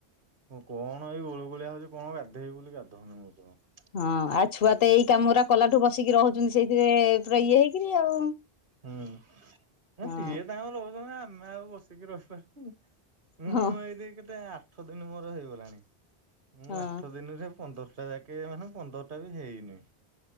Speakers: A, on the right; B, on the left.
A: କଣ ଏଇ ଗୁଳୁ ଗୁଳିଆ ହଉଛି କଣ ଗାଧୋଇେବୁ ବୋଲି ଗାଧଉନି ବର୍ତ୍ତମାନ
B: ହଁ ଆଉ ଛୁଆ ତ ଏଇ କାମରା କଲା ଠୁ ବସିକି ରହୁଛନ୍ତି ସେଇଥିରେ ପୁରା ଇଏ ହେଇକରି ଆଉ
A: ହୁଁ ନା
B: ହଁ
A: ସିଏ ତାଙ୍କୁ ରହୁଛନ୍ତି ଆମେ ଆଉ ବସିକି ରହିପାରୁନୁ ମୁଁ
B: ହଁ
A: ଏଇଠି କେତେ ଆଠ ଦିନ ମୋର ହେଇଗଲାଣି ମୁଁ
B: ହଁ
A: ଆଠ ଦିନରେ ପନ୍ଦରଟା ଯା କେ ମାନେ ପନ୍ଦରଟା ବି ହେଇନି